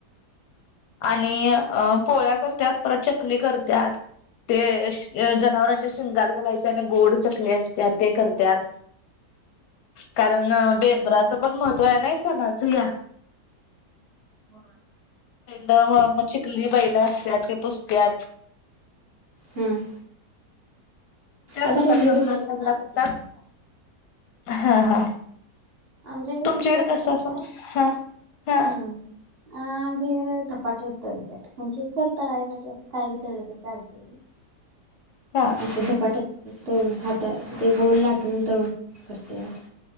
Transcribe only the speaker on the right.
<inaudible>
व्हय.
हम्म.
आता
रंगीत
बैल
पण आलेत
विकायला.
आमच्या घरी
इगच
करत्यात
हम्म हम्म आमच्या इकड धपाटे तळत्यात म्हणजे करता. <inaudible> काय बी तळलं तर चालतय
असं‌ धपाटे तळून खात तर ते गोल लाटून तळूनच करत्यात.